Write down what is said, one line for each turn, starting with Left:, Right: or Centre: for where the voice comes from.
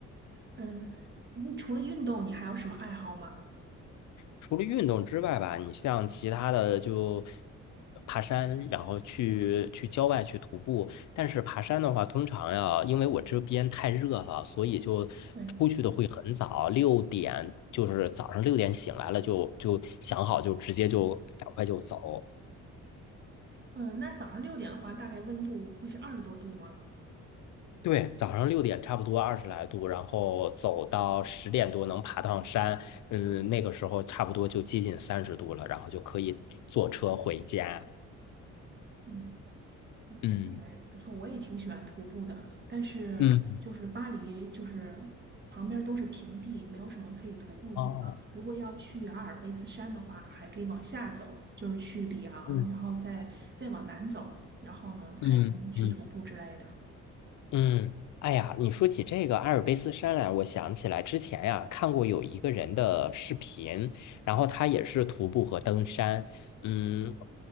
Right: 嗯，你除了运动，你还有什么爱好吗？
Left: 除了运动之外吧，你像其他的就爬山，然后去去郊外去徒步。但是爬山的话，通常呀，因为我这边太热了，所以就
Right: 对，
Left: 出去的会很早，六点就是早上六点醒来了就，就想好就直接就赶快就走。
Right: 嗯，那早上六点的话，大概温度会是二十多度吗？
Left: 对，早上六点差不多二十来度，然后走到十点多能爬上山，嗯，那个时候差不多就接近三十度了，然后就可以坐车回家。
Right: 嗯，嗯听起来不错，
Left: 嗯。
Right: 我也挺喜欢徒步的，但是就是巴黎就是旁边都是平地，
Left: 嗯，
Right: 没有什么可以徒步的地方。
Left: 哦，
Right: 如果要去阿尔卑斯山的话，还可以往下走，就是去里昂，
Left: 嗯
Right: 然后再再往南走，然后呢才能去徒步之类的。
Left: 嗯嗯嗯，哎呀，你说起这个阿尔卑斯山来，我想起来之前呀、看过有一个人的视频，然后他也是徒步和登山，嗯，